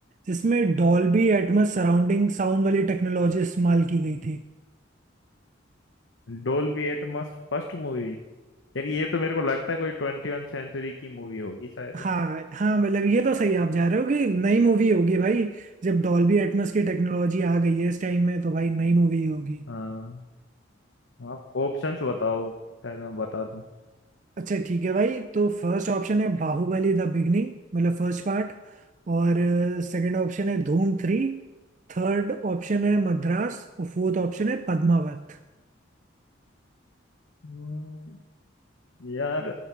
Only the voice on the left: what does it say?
Dolby Atmos first movie यार ये तो मेरे को लगता है कोई ट्वेंटी वन सेंचुरी की मूवी होगी शायद
हाँ आप ऑप्शंस बताओ शायद मैं बता दूं
हम्म, यार